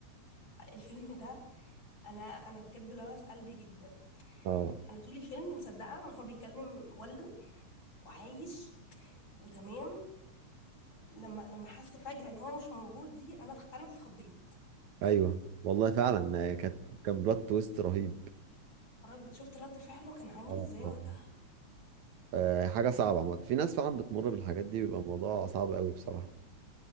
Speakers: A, on the left; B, on the right.
A: الفيلم ده انا انا بجد لمس قلبي جدا
B: اه
A: انا طول الفيلم مصدقه ان هو بيكلم والده وعايش وتمام لما لما حس فجاه ان هو مش موجود دي انا اتخ- انا اللي اتخضيت
B: ايوه والله فعلا آه، كانت كان بلوت تويست رهيب
A: رد شفت رد فعله كان عامل
B: آه،
A: ازاي
B: آه.
A: وقتها
B: آه، آه، حاجة صعبة عامة في ناس فعلا بتمر بالحاجات دي بيبقى الموضوع صعب قوي بصراحة